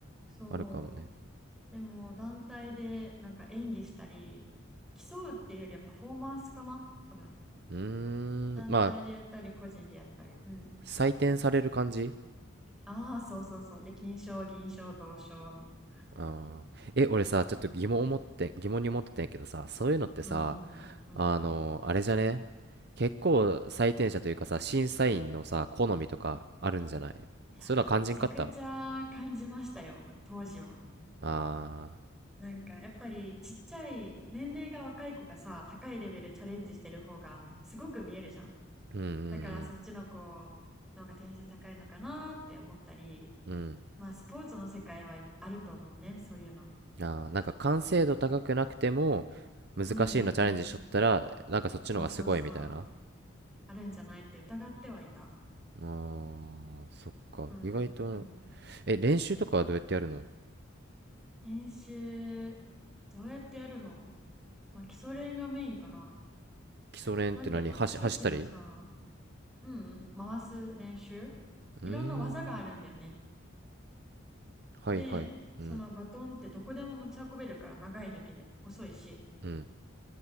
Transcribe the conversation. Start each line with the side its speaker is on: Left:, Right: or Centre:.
Centre: そう
Right: あるかもね
Centre: でも団体でなんか演技したり競うっていうよりはパフォーマンスかな多分
Right: うーんまあ
Centre: 団体でやったり個人でやったりうん
Right: 採点される感じ
Centre: ああそうそうそうで金賞銀賞銅賞みたいな
Right: あーえ俺さちょっと疑問を持って疑問に思ってたんやけどさそういうのってさ
Centre: うんうん
Right: あの、あれじゃね結構採点者というかさ、審査員のさ、好みとかあるんじゃないそれは肝心かった
Centre: いやーめちゃくちゃ感じましたよ当時は
Right: あ
Centre: なんかやっぱりちっちゃい年齢が若い子がさ高いレベルチャレンジしてる方がすごく見えるじゃん
Right: あー、うん
Centre: だからそっちの子の方が点数高いのかなって思ったり、
Right: うんうん。うん。
Centre: まあスポーツの世界はあると思うね、そういうの。
Right: ああ、なんか完成度高くなくても、難しいのチャレンジしとったら、
Centre: うんうんうん。
Right: なんかそっちの方がすごいみたいな。
Centre: そうそうそう。あるんじゃないって疑ってはいた。
Right: ああ、そっか。
Centre: うん、
Right: 意外と、
Centre: でも
Right: え、練習とかはどうやってやるの
Centre: 練習どうやってやるのまあ基礎練がメインかな。
Right: 基礎練って何走、
Centre: なんていうのさっきのさ、
Right: 走ったり
Centre: うんうん、回す練習
Right: うーん。
Centre: いろんな技があるんだよね。
Right: はいはい。
Centre: で、そのバトンってどこでも持ち運べるから長いだけで細いし。
Right: うん。うん。